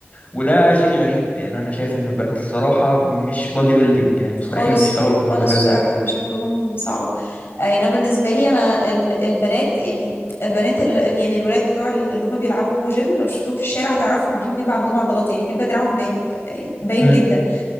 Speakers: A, on the left; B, on the left.
A: وده شيء غريب يعني انا شايف ان البنات الصراحه مش بادي بيلدينج يعني مستحيل
B: خالص
A: يشتغلوا في
B: خالص
A: المجال
B: بصراحة
A: ده
B: بيبقى شكلهم صعب آه، يعني أنا بالنسبة لي أنا ال- البنات يعني البنات ال- ال- يعني الولاد بتوع ال- اللي هم بيلعبوا جيم لو شفتهم في الشارع هتعرفهم عشان بيبقى عندهم عضلات يعني بيبقى دراعهم باين يعني باين
A: امم
B: جدا